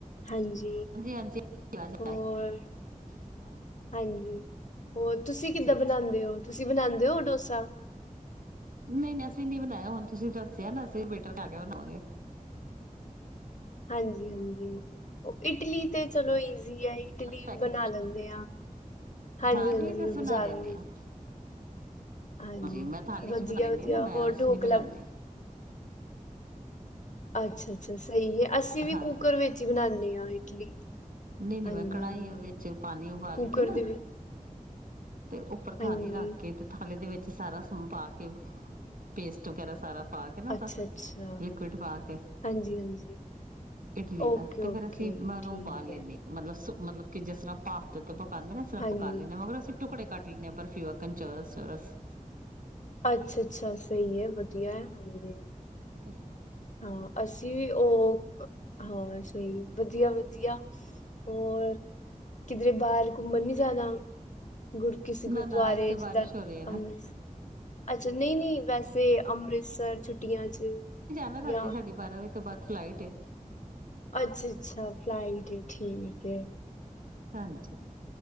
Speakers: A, on the left; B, on the right.
A: ਹਾਂਜੀ
B: ਹਾਂਜੀ ਆਵਾਜ਼ ਆ
A: ਹੋਰ।
B: ਰਹੀ <inaudible>
A: ਹਾਂਜੀ ਹੋਰ ਤੁਸੀਂ ਕਿੱਦਾਂ
B: ਅੱਛਾ
A: ਬਣਾਉਂਦੇ
B: ਅੱਛਾ
A: ਹੋ ਤੁਸੀਂ ਬਣਾਉਂਦੇ ਹੋ। ਦੋਸਾ।
B: ਨਹੀਂ ਨਹੀਂ ਅਸੀਂ ਨੀ ਬਣਾਇਆ ਹੁਣ ਤੁਸੀਂ ਦੱਸਿਆ ਨਾ ਅਸੀਂ ਲਾ ਕੇ ਬਣਾਵਾਂਗੇ
A: ਹਾਂਜੀ ਹਾਂਜੀ। ਉਹ ਇਟਲੀ ਤੇ ਚਲੋ ਈਜ਼ੀ ਆ ਇਟਲੀ
B: ਪੈਕਟ
A: ਵੀ ਬਣਾ ਲੈਂਦੇ ਆ ਹਾਂਜੀ
B: ਹਾਂ ਇਡਲੀ
A: ਹਾਂਜੀ
B: ਤਾਂ ਅਸੀਂ
A: ਬਜ਼ਾਰੋਂ
B: ਬਣਾ ਲੈਂਦੇ ਹਾਂ
A: ਹਾਂਜੀ
B: ਮੈਂ ਥਾਲੀ
A: ਵਧੀਆ
B: ਚ ਬਣਾ ਲੈਂਦੀ
A: ਵਧੀਆ
B: ਹਾਂ ਨਾ ਮੈਂ
A: ਹੋਰ
B: ਉਸ
A: ਢੋਕਲਾ
B: ਚ ਨਹੀਂ ਬਣਾਉਂਦੀ
A: ਅੱਛਾ ਅੱਛਾ ਸਹੀ ਹੈ ਅਸੀਂ ਵੀ
B: ਹਾਂ
A: ਕੁੂੱਕਰ ਵਿੱਚ ਹੀ ਬਣਾਣੇ ਇਡਲੀ
B: ਨਹੀਂ ਨਹੀਂ
A: ਹਾਂਜੀ
B: ਮੈਂ ਕੜਾਹੀ
A: ਹਾਂਜੀ
B: ਵਿੱਚ ਪਾਣੀ ਉਬਾਲ
A: ਕੁੂੱਕਰ
B: ਕੇ ਨਾ
A: ਦੇ ਵਿੱਚ
B: ਤੇ ਉੱਪਰ
A: ਹਾਂਜੀ
B: ਥਾਲੀ ਰੱਖ ਕੇ ਤੇ ਥਾਲੀ ਦੇ ਵਿੱਚ ਅਤੇ ਸਾਰਾ ਸਮਾਨ ਪਾ ਕੇ ਪੇਸਟ ਵਗੈਰਾ ਸਾਰਾ ਪਾ ਕੇ ਨਾ ਉਹਦਾ
A: ਅੱਛਾ ਅੱਛਾ
B: ਲਿਕੁਿਡ ਪਾ ਕੇ,
A: ਹਾਂਜੀ ਹਾਂਜੀ
B: ਇਡਲੀ
A: ਓਕੇ
B: ਦਾ ਤੇ
A: ਓਕੇ
B: ਫੇਰ ਅਸੀਂ ਮੈਂ ਉਹਨੂੰ
A: ਠੀਕ
B: ਉਬਾਲ ਲੈਂਨੇ।
A: ਹੈ
B: ਹ ਮਤਲਬ ਮਤਲਬ ਕਿ ਜਿਸ ਤਰ੍ਹਾਂ ਭਾਖਤ ਤੇ ਪਕਾਉਂਦੇ। ਇਸ ਤਰ੍ਹਾਂ
A: ਹਾਂਜੀ
B: ਪਕਾ ਲੈਂਦੇ। ਮਗਰ ਅਸੀਂ ਟੁਕੜੇ ਕਟ ਲ ਨੇ ਬਰਫ਼ੀ ਵਕਨ ਚੋਰਸ- ਚੋਰਸ
A: ਅੱਛਾ -ਅੱਛਾ ਸਹੀ ਹੈ, ਵਧੀਆ ਹੈ, ਹਾਂਜੀ।
B: ਅ <inaudible>
A: ਹਾਂ। ਅਸੀਂ ਵੀ ਉਹ ਹਾਂ। ਸਹੀ ਵਧੀਆ -ਵਧੀਆ। ਹੋਰ ਕਿਧਰੇ ਬਾਹਰ ਘੁੰਮਣ ਵੀ ਜਾਣਾ। ਗੁਰ ਕਿਸੇ ਗੁਰਦੁਆਰੇ
B: ਨਾ ਨਾ ਇਸ ਤੇ ਬਾਰਿਸ਼
A: ਜਿੱਦਾਂ
B: ਹੋ ਰਹੀ ਹੈ ਨਾ
A: ਅੰਮ੍ਰਿਤਸਰ, ਅੱਛਾ। ਨਹੀਂ -ਨਹੀਂ ਵੈਸੇ ਰੇ ਅੰਮ੍ਰਿਤਸਰ ਛੁੱਟੀ ਛੁੱਟੀਆਂ 'ਚ
B: ਨਾ ਰਾਤੀ
A: ਜਾਂ
B: ਸਾਢੇ ਬਾਰਾਂ ਵਜੇ ਤੋਂ ਬਾਅਦ ਫਲਾਈਟ ਹੈ।
A: ਅੱਛਾ- ਅੱਛਾ ਫਲਾਈਟ, ਠੀਕ
B: ਹਾਂਜੀ।